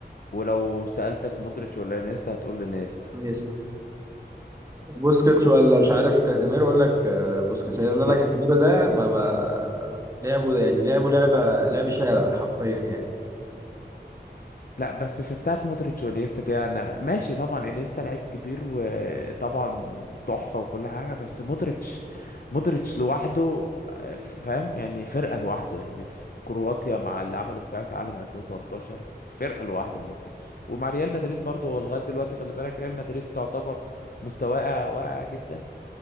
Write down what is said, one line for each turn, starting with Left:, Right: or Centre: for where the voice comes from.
Left: ولو سألتك مودريتش ولا انيستا هتقول لي انيستا
Right: انيستا بوسكيتس ولا مش عارف كازيميرو اقول لك آه، بوسكيتس لان
Left: بوسكيتس
Right: انا كازيميرو ده ما ب... لعبه يعني لعبه لعبه لعب شارع حرفيا يعني
Left: لا بس في بتاعه مودريتش وانيستا دي انا ماشي طبعا انيستا لعيب كبير وطبعا تحفة وكل حاجة بس مودريتش مودريتش لوحده آه، فاهم يعني فرقة لوحده يعني في كرواتيا مع اللي عمله في كأس عالم 2018 فرقة لوحده مودريتش ومع ريال مدريد برضه هو لغاية دلوقتي خلي بالك ريال مدريد تعتبر مستواه واقع جدا